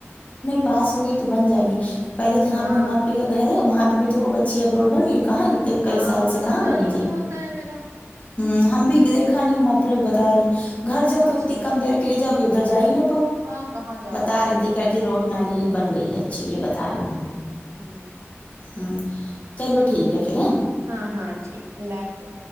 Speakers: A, on the left; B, on the right.
A: پاس ہو گئی تو بن جائے گی پہلے جہاں
B: ہاں
A: پہ ہم آپی کا گھر ہے وہاں پہ تو خوب اچھی اب روڈ بن گئی کہاں کئی
B: ہاں
A: سال
B: ادھر
A: سے
B: وال
A: کہاں
B: جان
A: بنی تھی
B: <unintelligible>
A: ہوں ہم بھی دیکھا نہیں ہوں آپی لوگ بتا رہے گھر جاؤ
B: اچھا
A: تو اتنی کم دیر کے ادھر جا ہی نا پا
B: ہاں کہاں جا
A: بتا
B: پاؤ
A: رہی
B: صحیح
A: تھی
B: ہے
A: کہتی روڈ نالی والی
B: ہ
A: بن گئی ہے اچھی یہ بتا رہی تھی
B: ہ
A: ہوں چلو ٹھیک ہے پھر ہ
B: ہاں ہاں ٹھیک اللہ حافظ